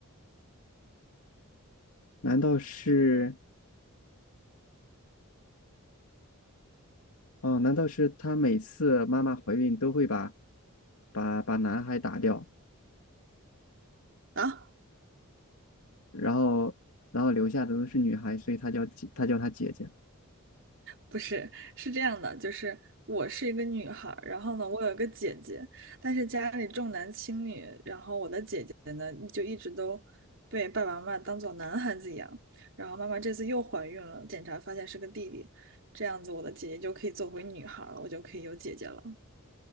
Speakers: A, on the left (about 85°); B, on the right (about 60°).
A: 难道是哦？难道是他每次妈妈怀孕都会把把把男孩打掉，
B: 啊，
A: 然后然后留下的都是女孩，所以他叫姐她叫他姐姐
B: 不是，是这样的，就是我是一个女孩儿，然后呢，我有一个姐姐，但是家里重男轻女，然后我的姐姐呢，就一直都被爸爸妈妈当做男孩子养，然后妈妈这次又怀孕了，检查发现是个弟弟，这样子我的姐姐就可以做回女孩儿了，我就可以有姐姐了。